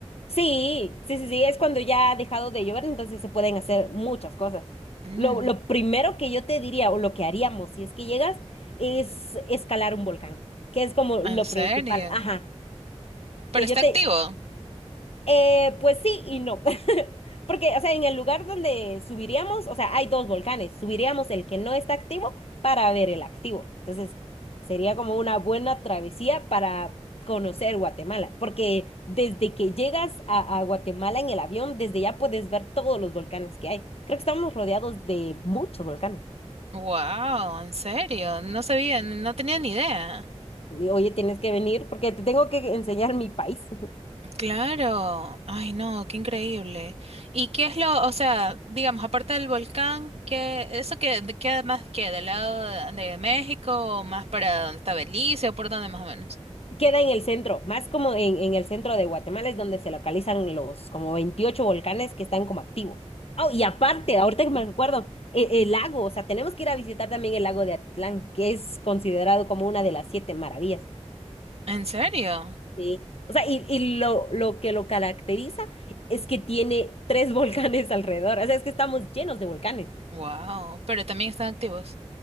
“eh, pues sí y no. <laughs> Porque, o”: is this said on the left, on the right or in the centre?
Left